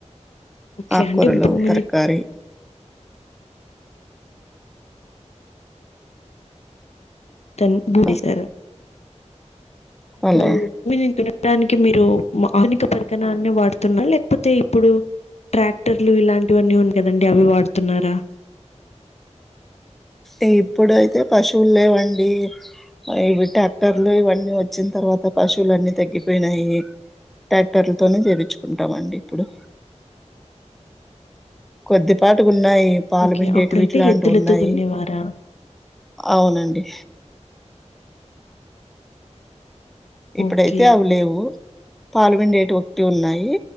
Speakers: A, on the left (about 60°); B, in the centre.
A: ఓకే
B: ఆకూరలు
A: అంటే భూమిని
B: తరకారి
A: తన్ బూడి
B: ఆ,
A: సారా ఇప్పుడు
B: అలా
A: భుజింతినే దానికి మీరు ఆధునిక పరికనాన్ని వాడుతున్నారు లేకపోతే ఇప్పుడు ట్రాక్టర్లు ఇలాంటివన్నీ ఉంది కదండి అవి వాడుతున్నారా
B: ఈ ఇప్పుడైతే పశువులు లేవండి ఆ ఇవి ట్రాక్టర్లు ఇవన్నీ వచ్చిన తర్వాత పశువులు అన్ని తగ్గిపోయినాయి ట్రాక్టర్లతోనే చెప్పిచుకుంటామండి ఇప్పుడు కొద్దిపాటువున్నాయి పాలు
A: ఓకే.
B: పిండేటివి
A: అప్పుడైతే
B: ఇట్లాంటివి
A: ఎద్దులతో
B: ఉన్నాయి
A: దున్నేవారా?
B: అవునండి ఇప్పుడైతే
A: ఓకే.
B: అవి లేవు పాలుపిండేటివి ఒకటి ఉన్నాయి